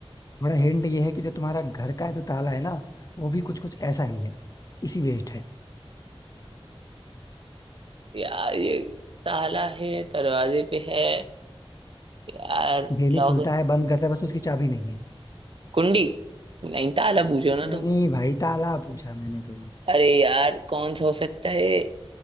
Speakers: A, on the left; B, on the right.
A: थोड़ा हिंट ये है कि जो तुम्हारा घर का जो ताला है ना वो भी कुछ कुछ ऐसा ही है इसी बेस्ड है
B: यार ये ताला है दरवाजे पे है यार
A: डेली
B: लॉक
A: खुलता है बंद करता है बस उसकी चाबी नहीं है
B: कुंडी नहीं ताला पूछो ना
A: नहीं
B: तुम
A: भाई ताला पूछा मैंने तो
B: अरे यार कौन सा हो सकता है